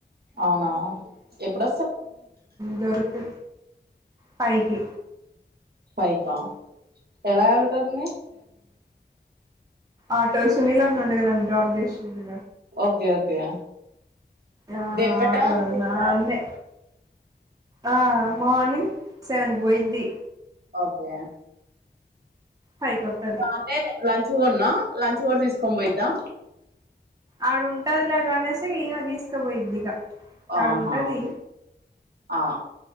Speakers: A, on the right; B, on the right.
A: అవునా ఎప్పుడ
B: దొరకు పైకి
A: పైకే అలా వెళ్తాం
B: ఆటో సునీల్ అన్న నేను డ్రాప్ చేసింది
A: ఓకే ఓకే
B: ఆ
A: దింపటం
B: ఆటదన్న
A: తీసుకురావడం.
B: అన్నే ఆ మార్నింగ్ సెవెన్కి పోయిది
A: ఓకే
B: హైకోటది
A: ఇంకా అంటే లంచ్ కూడా ఉన్నా లంచ్ కూడా తీసుకొని పోయిద్దా
B: ఆడుంటదిలాగానేసి ఈయన తీసుకుపోయిద్ందిక ఆడ
A: ఆహా
B: ఉంటది
A: ఆ